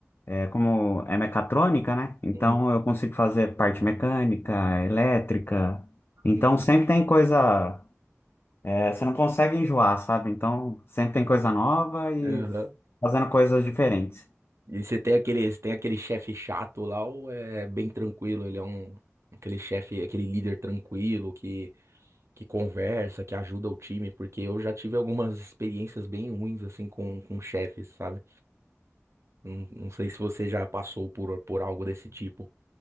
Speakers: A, on the left; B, on the right.
A: é, como é mecatrônica, né? Então,
B: Uhum,
A: eu consigo fazer parte mecânica, elétrica. Então,
B: uhum.
A: sempre tem coisa. é, você não consegue enjoar, sabe? Então, sempre tem coisa nova e
B: Aham.
A: fazendo coisas diferentes.
B: E você tem aquele, você tem aquele chefe chato lá ou é bem tranquilo? Ele é um aquele chefe, aquele líder tranquilo que que conversa, que ajuda o time, porque eu já tive algumas experiências bem ruins assim com com chefes, sabe? Não, não sei se você já passou por por algo desse tipo.